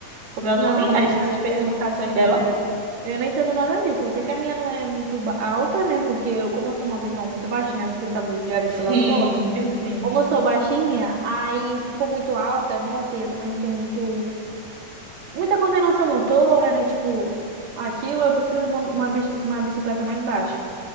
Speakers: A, on the right; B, on the right.
A: como é o nome?
B: Não, menina,
A: As especificações
B: eu,
A: dela?
B: eu não entendo nada disso. Eu sei que a minha não é muito ba- alta, né? Porque eu, como eu sou uma pessoa muito baixa, né? Você sabe, já viu
A: <laughs>
B: pelas
A: Sim,
B: fotos.
A: sim.
B: Como eu sou baixinha, aí se for muito alta, nossa, e eu também não tenho muito, muita coordenação motora, né? Tipo, aquilo eu prefiro uma, uma, bis- uma bicicleta mais baixa.